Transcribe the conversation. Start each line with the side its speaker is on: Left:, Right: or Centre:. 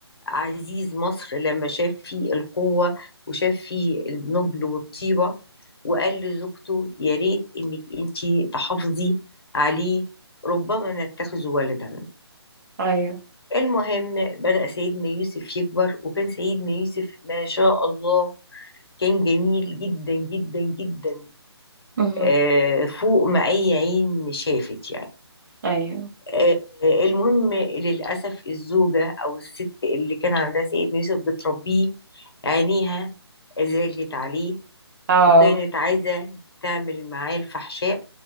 Left: عزيز مصر لما شاف فيه القوة وشاف فيه النبل والطيبة وقال لزوجته يا ريت إنك أنتي تحافظي عليه ربما نتخذ ولدا
Right: ايوه
Left: المهم بدأ سيدنا يوسف يكبر وكان سيدنا يوسف ما شاء الله كان جميل جدا جدا جدا
Right: مهم.
Left: آه، فوق ما أي عين شافت يعني
Right: ايوه
Left: آه، المهم للأسف الزوجة أو الست اللي كان عندها سيدنا يوسف بتربيه عينيها زالت عليه
Right: اه
Left: وكانت عايزة تعمل معاه الفحشاء